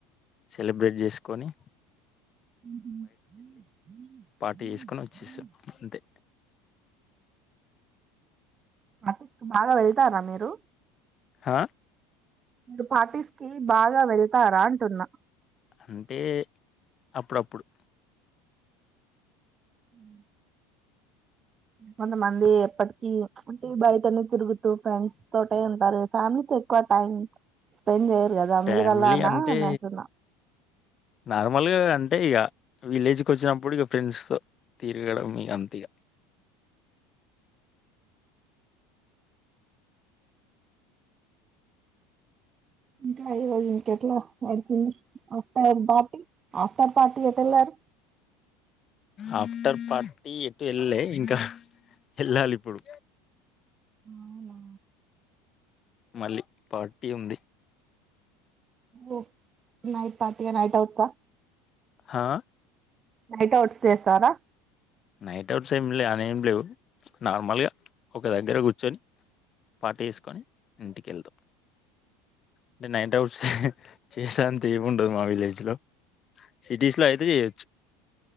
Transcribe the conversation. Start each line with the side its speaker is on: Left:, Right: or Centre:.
Left: సెలబ్రేట్ జేసుకొని
Right: హుహు
Left: పార్టీ చేసుకొని వచ్చేసాం అంతే
Right: అటుక్ బాగా వెళ్తారా మీరు
Left: హా
Right: మీరు పార్టీస్కీ బాగా వెళతారా అంటున్నా
Left: అంటే అప్పుడప్పుడు
Right: ఊహ్మ్ కొంతమంది ఎప్పటికి ఉంటే బయటనే తిరుగుతూ ఫ్రెండ్స్ తోటే ఉంటారు ఫ్యామిలీకి ఎక్కువ టైం స్పెండ్ జేయరు గదా
Left: ఫ్యామిలీ
Right: మీరులాన
Left: అంటే
Right: అంటున్న
Left: నార్మల్గా అంతే ఇగ విలేజ్కి ఒచ్చినప్పుడు ఇగ ఫ్రెండ్స్తో తిరగడం ఇగ అంతే ఇగ
Right: <unintelligible> ఇంకా ఈ రోజు ఇంక ఎట్లా నడిసింది ఆఫ్టైం దాటి ఆఫ్టర్ థాట్ ఎటుయెల్లారు
Left: ఆఫ్టర్ పార్టీ ఎటు ఏళ్లలే ఇంకా ఎళ్ళాలి ఇప్పుడు
Right: అవునా
Left: మళ్ళీ పార్టీ ఉంది
Right: ఓ నైట్ పార్టీ నైటౌట్ కా
Left: హా
Right: నైట్ అవుట్స్ చేస్తారా
Left: నైట్ అవుట్స్ ఏమి లే అని ఏమి లేవు నార్మల్గా ఒక దగ్గర కూర్చొని పార్టీ చేసుకొని ఇంటికి వెళ్తాం అంటే నైటౌట్స్ చేసా అంత ఏం ఉండదు మా విలేజ్ లో సిటీస్ లో అయితే జెయొచ్చు